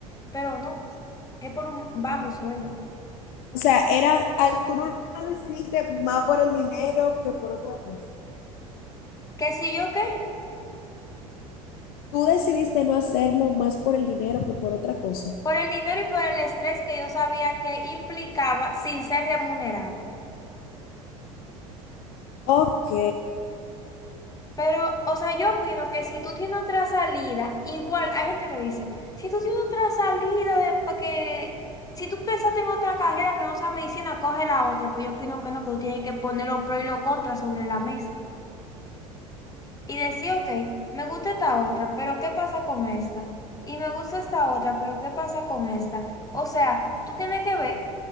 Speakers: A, on the left (about 20°); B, on the left (about 50°).
A: pero no, es por un bajo sueldo.
B: O sea, era, al- tú no lo decidiste más por el dinero que por otra cosa.
A: que si yo qué?
B: Tú decidiste no hacerlo más por el dinero que por otra cosa.
A: Por el dinero y por el estrés que yo sabía que implicaba sin ser remunerado.
B: Ok,
A: Pero, o sea, yo opino que si tú tienes otra salida, igual hay gente que dice, si tú tienes otra salida, de, pa' que, si tú pensaste en otra carrera que no sea medicina, coge la otra. Pero yo opino que no, que tú tienes que poner los pros y los contras sobre la mesa. y decir, ok, me gusta esta otra, pero ¿qué pasa con esta? Y me gusta esta otra, pero ¿qué pasa con esta? O sea, tú tienes que ver